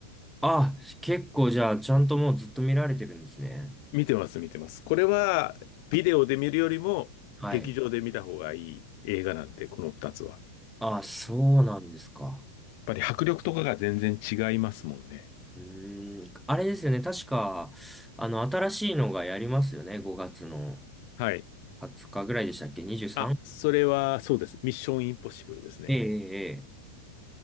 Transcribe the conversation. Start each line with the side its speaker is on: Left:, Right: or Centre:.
Centre: あ、結構じゃあ、ちゃんともうずっと見られてるんですね。
Left: 見てます、見てます。これは、ビデオで見るよりも、
Centre: はい。
Left: 劇場で見た方がいい映画なんで、この2つは。やっ
Centre: あ、そうなんですか。
Left: ぱり迫力とかが全然違いますもんね。
Centre: うーん。あれですよね。確か、あの、新しいのがやりますよね。5月の
Left: はい。
Centre: 20日ぐらいでしたっけ ?23?
Left: あ、それは、そうです。ミッションインポッシブルですね。
Centre: ええ、ええ、ええ。